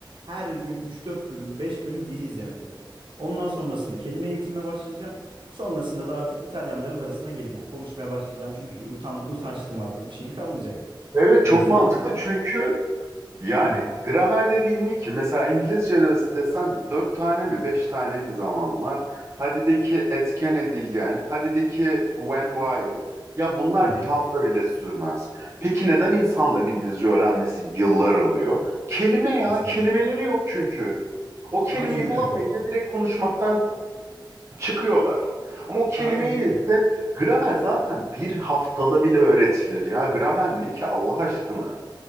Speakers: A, on the right; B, on the right.
A: her gün üç dört bölüm, 5 bölüm dizi izlemek olacak. Ondan sonrasında kelime eğitimime başlayacağım. Sonrasında da artık İtalyanların arasına gireceğim. Konuşmaya başlayacağım çünkü bir utan utançlığım artık bir şeyim kalmayacak.
B: Evet çok
A: En azından
B: mantıklı
A: bir dil.
B: çünkü yani
A: Hı hı,
B: gramer dediğin ne ki? Mesela İngilizce'de desen dört tane mi beş tane mi zaman var? Hadi de ki etken edilgen, hadi de ki when while. Ya bunlar
A: hı hı.
B: bir hafta bile sürmez. Peki neden insanların İngilizce öğrenmesi yıllar alıyor? Kelime ya,
A: Kesinlikle.
B: kelimeleri yok çünkü. O kelimeyi
A: Aynen
B: bulamayınca
A: öyle.
B: direkt konuşmaktan çıkıyorlar. Ama o kelimeyi
A: Aynen öyle.
B: bilse gramer zaten bir haftada bile öğretilir ya. Gramer ne ki Allah aşkına?